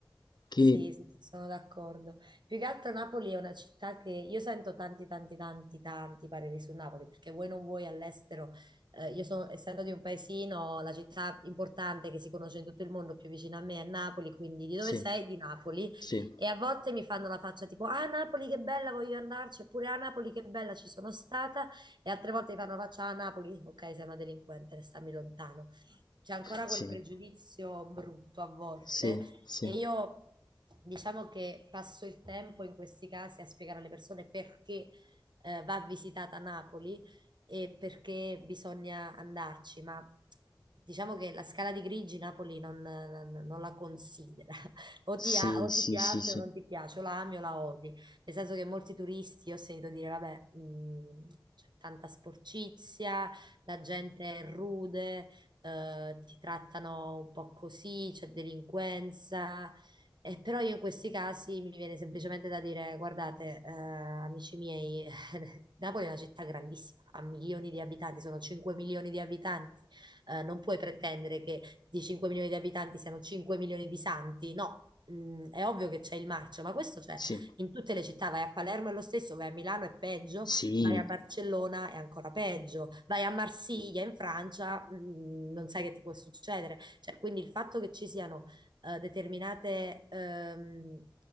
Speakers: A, on the left; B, on the right.
A: Che
B: Sì, sì, sì, sono d'accordo. Più che altro Napoli è una città che io sento tanti, tanti, tanti, tanti pareri su Napoli, perché voi non vuoi all'estero, eh, io sono, essendo di un paesino, la città importante che si conosce in tutto il mondo più vicina a me è Napoli, quindi di
A: sì,
B: dove sei? Di Napoli.
A: sì,
B: E a volte mi fanno la faccia tipo, ah Napoli che bella, voglio andarci, oppure ah Napoli che bella, ci sono stata, e altre volte mi fanno la faccia, ah Napoli, ok, sei una delinquente, stammi lontano. C'è ancora
A: sì,
B: quel pregiudizio brutto a volte
A: sì, sì,
B: e io diciamo che passo il tempo in questi casi a spiegare alle persone perché eh, va visitata Napoli e perché bisogna andarci, ma diciamo che la scala di grigi Napoli non, non- non la considera. <laughs> O
A: sì,
B: ti, a- o
A: sì,
B: ti piace
A: sì,
B: o non ti piace, o la ami o la odi. Nel senso che molti turisti ho sentito dire, vabbè, mh, c'è tanta sporcizia, la gente è rude, eh, ti trattano un po' così, c'è delinquenza. Eh, però io in questi casi mi viene semplicemente da dire, guardate, eh, amici miei, <laughs> Napoli è una città grandissima, ha milioni di abitanti, sono 5 milioni di abitanti, eh, non puoi pretendere che di 5 milioni di abitanti siano 5 milioni di santi, no. Mm, è ovvio che c'è il marcio, ma questo c'è
A: sì,
B: in tutte le città, vai a Palermo è lo stesso, vai a Milano è peggio,
A: sì,
B: vai a Barcellona
A: sì,
B: è ancora peggio, vai a Marsiglia in Francia, mh, non sai che ti può succedere. Cioè, quindi il fatto che ci siano eh, determinate, ehm,